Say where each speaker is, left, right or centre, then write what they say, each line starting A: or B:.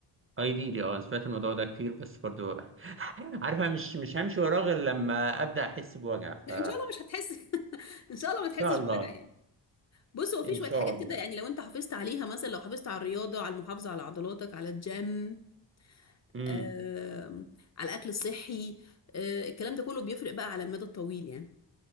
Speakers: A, on the right; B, on the left.
A: ايديلي اه أنا سمعت الموضوع ده كتير بس برضو <laughs> عارفه مش مش همشي وراه غير لما ابدا احس بوجع
B: لا
A: ف
B: ان شاء الله مش هتحس <laughs> ان شاء الله ما تحسش
A: شاء الله
B: بوجع يعني بص هو في
A: ان
B: شوية
A: شاء
B: حاجات
A: الله
B: كده يعني لو انت حافظت عليها مثلا لو حافظت على الرياضة على المحافظة على عضلاتك على الجيم
A: امم
B: آه، على الاكل الصحي آه، الكلام ده كله بيفرق بقى على المدى الطويل يعني